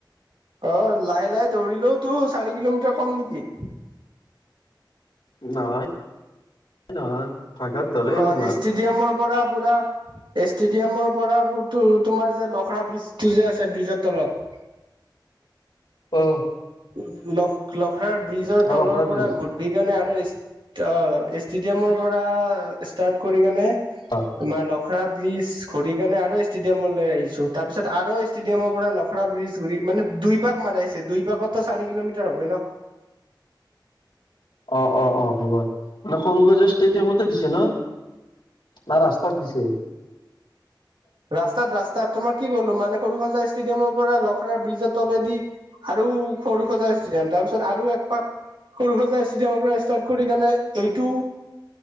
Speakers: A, on the right; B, on the left.
A: অ লাহে লাহে দৌৰিলেওতো চাৰি কিলোমিটাৰ কম নেকি
B: নহয় নহয় ভাগাত ধৰে
A: অ
B: তোমাৰ
A: ষ্টেডিয়ামৰ পৰা পুৰা ষ্টেডিয়ামৰ পৰা পোলতো তোমাৰ যে লখৰা ব্ৰিজটো যে আছে ব্ৰিজৰ তলত
B: অ
A: উম লখ লখৰাৰ ব্ৰিজৰ তলৰ
B: লখৰা
A: পৰা
B: বিল
A: ঘূৰি কেনে আৰু অ ষ্টেডিয়ামৰ পৰা ষ্টাৰ্ট কৰি কেনে
B: অ
A: তোমাৰ ল লখৰা ব্ৰীজ ঘূৰি কেনে আৰু ষ্টেডিয়ামলৈ আহিছো। তাৰপিছত আৰু ষ্টেডিয়ামৰ পৰা লখৰা ব্ৰীজ ঘূৰি মানে দুই পাক মাৰাইছে দুই পাকতো চাৰি কিলোমিটাৰ হবই ন
B: অ অ অ হ'ব মানে সৰু সজাই ষ্টেডিয়ামতে দিছে ন না ৰাস্তাত দিছে
A: ৰাস্তাত ৰাস্তাত তোমাক কি কলো মানে সৰু সজাই ষ্টেডিয়ামৰ পৰা লখৰাৰ ব্ৰিজৰ তলেদি আৰু সৰু সজাই ষ্টেডিয়াম তাৰপিছত আৰু একপাক সৰু সজাই ষ্টেডিয়ামৰ পৰা ষ্টাৰ্ট কৰি কেনে এইটো